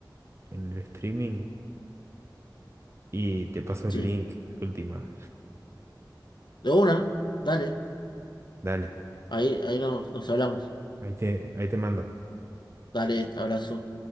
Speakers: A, on the right; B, on the left.
A: en el streaming. y te paso el
B: Sí.
A: link de última.
B: De una, dale.
A: Dale,
B: Ahí, ahí nos, nos hablamos.
A: ahí te, ahí te mando.
B: Dale, abrazo.